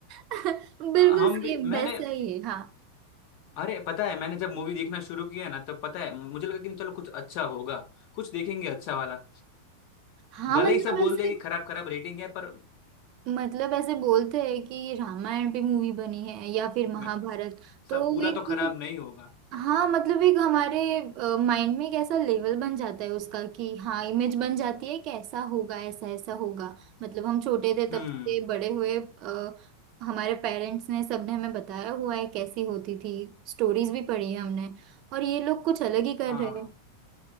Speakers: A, on the right; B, on the left.
A: <laughs> बिल्कुल
B: हम
A: सेम
B: भी मैंने
A: वैसा ही है हाँ
B: अरे पता है मैंने जब मूवी देखना शुरू किया ना तब पता है मुझे लगा कि चलो कुछ अच्छा होगा कुछ देखेंगे अच्छा वाला
A: हाँ
B: भले
A: मतलब
B: ही सब बोल
A: ऐसे
B: दे कि खराब खराब रेटिंग है पर
A: मतलब ऐसे बोलते हैं कि रामायण पे मूवी बनी है या फिर महाभारत
B: मैं
A: तो
B: सब पूरा
A: एक
B: तो खराब नहीं होगा
A: हाँ मतलब एक हमारे माइंड में एक ऐसा लेवल बन जाता है उसका कि हाँ इमेज बन जाती है कि ऐसा होगा ऐसा ऐसा होगा मतलब हम छोटे थे
B: हम्म
A: तब से बड़े हुए अ, हमारे पेरेंट्स ने सबने हमें बताया हुआ है कैसी होती थी स्टोरीज भी पढ़ी है हमने और ये लोग कुछ अलग ही कर
B: हाँ
A: रहे हैं